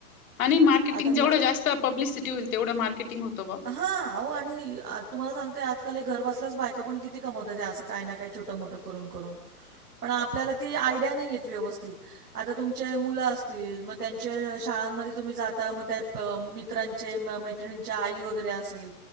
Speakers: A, on the left; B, on the right.
A: आणि मार्केटिंग
B: आता
A: जेवढं
B: मु
A: जास्त पब्लिसिटी होईल तेवढं मार्केटिंग होत बा
B: हा अहो आणि अह तुम्हाला सांगतेय आजकाल हे घर बसल्यास बायका पण किती कमावताहेत हे असं काय ना काय छोटं मोठं करून करून पण आपल्याला ती आयडिया नाहीे येत व्यवस्थित आता तुमचे मुलं असतील मग त्यांचे शाळांमध्ये तुम्ही जाता मग त्या मी त्रांचे मैत्रिणींच्या आई वगैरे असेल